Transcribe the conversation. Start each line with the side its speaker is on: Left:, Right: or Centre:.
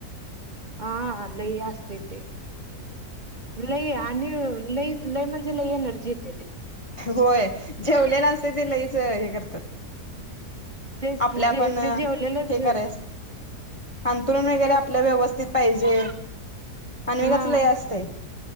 Right: हा लई असस्तते लई आणि लई लय म्हणजे लई एनर्जीेत
Left: होय जेवलेला असते ते लईच हे करतात
Right: तेच
Left: आपल्या
Right: की जे
Left: पण
Right: ते जेवलेलंच
Left: हे करायचं अंतुरन वगैरे
Right: तेच
Left: आपल्या व्यवस्थित पाहिजे अमेाच
Right: हा
Left: लय असते